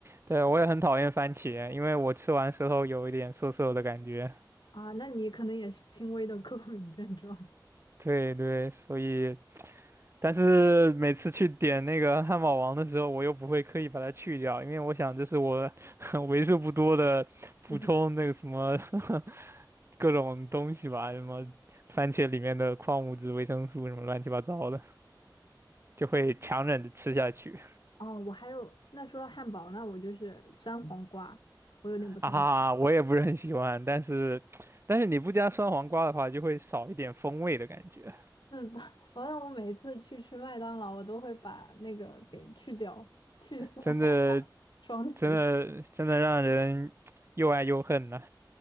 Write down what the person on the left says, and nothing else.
啊。那你可能也是轻微的过敏症状。
<laughs>
哦，我还有，那说到汉堡，那我就是酸黄瓜，我有点不太。
能。
是的，<laughs> 好像我每次去吃麦当劳，我都会把那个给去掉，去丝滑
双击。